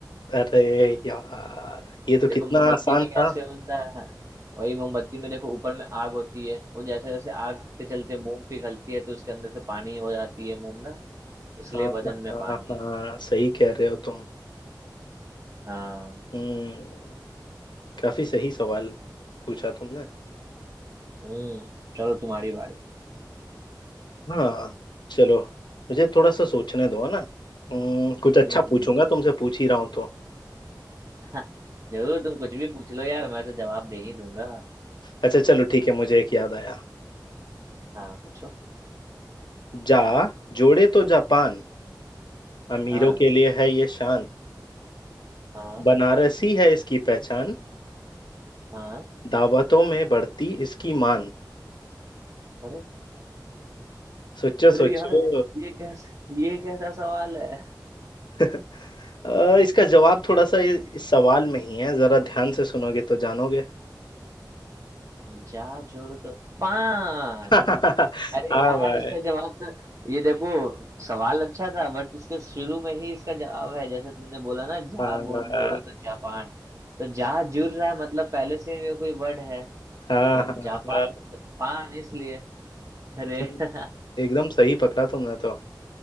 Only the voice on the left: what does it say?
अरे यार ये तो
कितना
आसान
था
हाँ
हाँ
हाँ सही कह रहे हो तुम
हम्म काफी सही सवाल पूछा तुमने
हाँ चलो मुझे थोड़ा सा सोचने दो है ना हम्म, कुछ अच्छा
पूछूंगा
तुमसे पूछ ही रहा हूँ तो
अच्छा चलो ठीक है मुझे एक याद आया
जा जोड़े तो जापान अमीरों
के लिए है ये शान
बनारसी है इसकी पहचान
दावतों में बढ़ती इसकी मान
सोचो
सोचो
<laughs> अ, इसका जवाब थोड़ा सा इ- इस सवाल में ही है जरा ध्यान से सुनोगे तो जानोगे
<laughs>
हाँ
भाई
हाँ
हाँ
हाँ
हाँ
तुम
एकदम सही पकड़ा तुमने तो